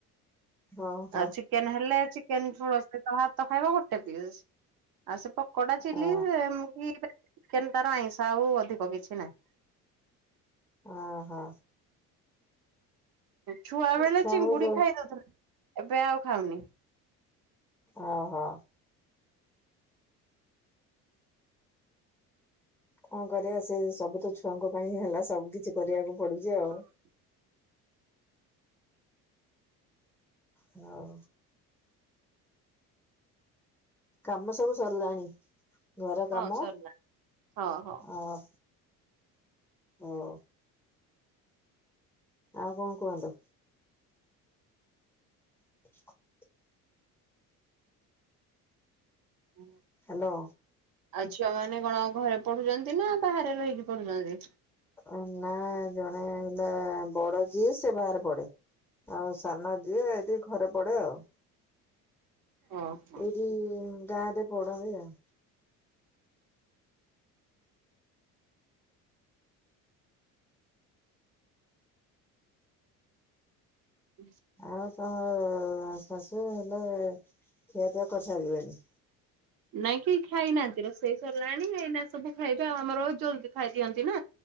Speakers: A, in the centre; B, on the right (about 50°).
A: ହଁ ହଁ
B: ଆଉ ଚି କେନ ହେଲେ ଚିକେନ ଝୋଳ ଭାତ ସହିତ ଭାତ ଖାଇବ ଗୋଟେ ପିସ୍। ଆଉ ସେ ପକୋଡା ଚିଲି-ଇ-ଇ
A: ଅ
B: କି ଚିକେନ ତାର ଆଇଁଷ ଆଉ ଅଧିକ କିଛି ନାହିଁ।
A: ଓ ହୋ।
B: ଛୁଆ ବେଳେ
A: ଛୁଆଙ୍କୁ
B: ଚିଙ୍ଗୁଡି
A: ଯୋଉ
B: ଖାଇଦଉଥିଲା। ଏବେ ଆଉ ଖାଉନି।
A: ଓହୋ। କଣ କରିବା ସେ ସବୁ ତ ଛୁଆଙ୍କ ପାଇଁ ହିଁ ହେଲା। ସବୁ କିଛି କରିବାକୁ ପଡୁଛି ଆଉ।
B: ହଁ।
A: ହଉ। କାମ ସବୁ ସରିଲାଣି। ଘର
B: ହଁ
A: କାମ
B: ସରିଲା ହଁ ହଁ।
A: ଅ ହଁ। ଆଉ କଣ କୁହନ୍ତୁ? <inaudible>
B: ହୁଁ।
A: ହ୍ୟାଲୋ।
B: ଆଉ ଝିଅ ମାନେ କଣ ଘରେ ପଢୁଛନ୍ତି ନା ବାହାରେ ରହିକି ପଢୁଛନ୍ତି?
A: ଅ ନା ଜଣେ ହେଲା ବଡ ଯିଏ ସେ ବାହାରେ ପଡେ। ଆଉ ସାନ ଯିଏ ଟିକେ ଘରେ ପଡେ ଆଉ।
B: ଓହୋ।
A: ଏଇଠି ଗାଁରେ ପଢା ହୁଏ ଆଉ।
B: ହଁ।
A: ଆଉ ସା ଉ-ଉ-ଉ ଶାଶୁ ହେଲେ ଖିଆପିଆ କରିସାରିବେଣି?
B: ନାଇଁ କେହି ଖାଇନାହାନ୍ତି ରୋଷେଇ ସରିଲାଣି। ଏଇନା ସବୁ ଖାଇବେ ଆଉ ଆମର ଜଲଦି ଖାଇଦିଅନ୍ତି ନା।